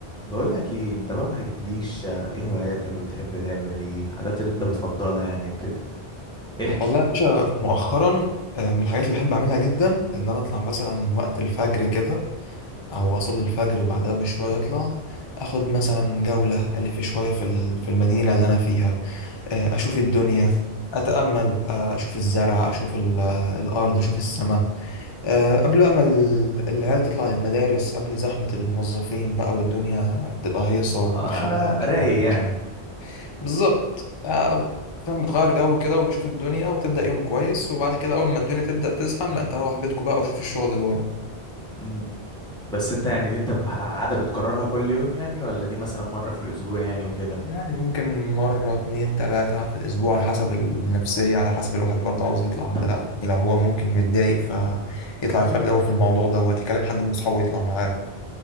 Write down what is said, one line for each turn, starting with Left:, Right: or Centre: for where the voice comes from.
Centre: بقول لك ايه انت بقى ما حكيتليش آه، ايه هواياتك ولا بتحب تعمل ايه الحاجات اللي انت بتفضلها يعني وكده احكي
Left: والله يا باشا مؤخرا آه، من الحاجات اللي بحب اعملها جدا ان انا اطلع مثلا وقت الفجر كده او اصلي الفجر وبعدها بشويه اطلع اخد مثلا جوله الف شويه في ال- في المدينه اللي انا فيها آه، اشوف الدنيا اتامل آه، اشوف الزرع اشوف ال- آه، الارض اشوف السماء آه، قبل بقى ما ال- العيال تطلع للمدارس قبل زحمه الموظفين بقى والدنيا تبقى هيصه والخناقات
Centre: اه رايق
Left: بقى بتاعت المشنى
Centre: يعني
Left: بالظبط آه، فاهم بتغير جو كده وتشوف الدنيا وتبدأ يوم كويس وبعد كده أول ما الدنيا تبدأ تزحم لا أنت روح بيتكم بقى وشوف الشغل اللي وراك
Centre: امم بس انت يعني دي انت بح- عادة بتكررها كل يوم يعني ولا دي مثلا مرة في الاسبوع يعني وكده
Left: يعني ممكن مرة اتنين تلاتة في الأسبوع على حسب النفسية على حسب الواحد برضه
Centre: ده
Left: عاوز يطلع
Centre: انت
Left: ولا لأ
Centre: بت...
Left: ولو هو ممكن متضايق فيطلع يغير جو في الموضوع دوت يكلم حد من صحابه يطلع معاه